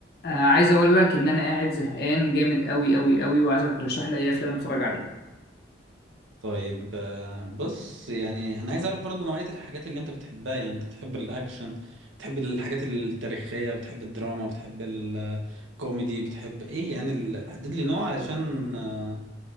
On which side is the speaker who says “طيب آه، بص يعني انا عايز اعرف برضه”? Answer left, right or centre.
Right